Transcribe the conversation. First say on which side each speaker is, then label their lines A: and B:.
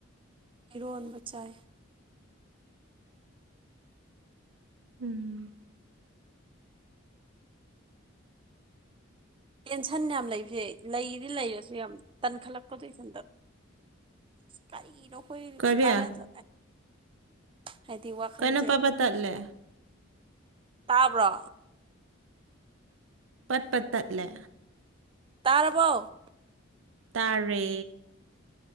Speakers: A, on the right; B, on the right.
A: ꯏꯔꯣꯟꯕ ꯆꯥꯏ
B: ꯎꯝ
A: ꯇꯦꯟꯁꯟ ꯌꯥꯝ ꯂꯩꯕꯁꯦ ꯂꯩꯗꯤ ꯂꯩꯔꯁꯨ ꯌꯥꯝ ꯇꯟꯈꯠꯂꯛꯄꯗꯣ ꯏꯊꯟꯇ ꯀꯔꯤꯒꯤꯅꯣ ꯑꯈꯣꯏ
B: ꯀꯔꯤ
A: ꯀꯅꯗ ꯍꯥꯏꯗꯤ ꯋꯥꯈꯟꯁꯦ
B: ꯀꯩꯅꯣ ꯄꯠ ꯄꯠ ꯇꯠꯂꯦ
A: ꯇꯕ꯭ꯔꯣ
B: ꯄꯠ ꯄꯠ ꯇꯠꯂꯦ
A: ꯇꯔꯥꯕꯣ
B: ꯇꯥꯔꯦ